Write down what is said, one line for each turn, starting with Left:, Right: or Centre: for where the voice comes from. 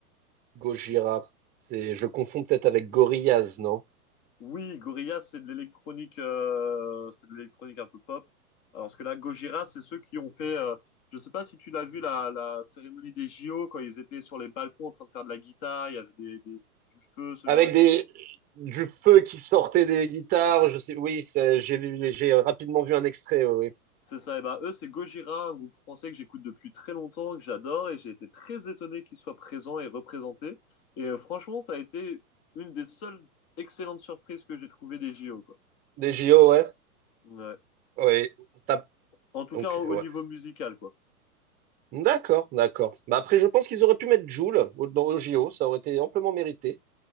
Right: Gojira. C'est, je le confonds peut-être avec Gorillaz, non?
Left: Oui, Gorillaz, c'est de l'électronique, euh, c'est de l'électronique un peu pop. Alors ce que là, Gojira, c'est ceux qui ont fait. euh, je sais pas si tu l'as vu la, la cérémonie des JO quand ils étaient sur les balcons en train de faire de la guitare, il y avait des, des- du feu, ce
Right: Avec
Left: genre de choses.
Right: des, du feu qui sortait des guitares, je sais, oui, c'est- j'ai vu- j'ai rapidement vu un extrait, oui. oui.
Left: C'est ça, et ben eux, c'est Gojira, un groupe français que j'écoute depuis très longtemps, que j'adore, et j'ai été très étonné qu'ils soient présents et représentés. Et euh, franchement, ça a été une des seules excellentes surprises que j'ai trouvées des JO, quoi.
Right: Des JO, ouais.
Left: Ouais.
Right: Oui, T'as-
Left: En tout
Right: donc,
Left: cas, au
Right: ouais.
Left: au niveau musical, quoi.
Right: D'accord, d'accord. Bah après, je pense qu'ils auraient pu mettre Joule au- dans le JO, ça aurait été amplement mérité,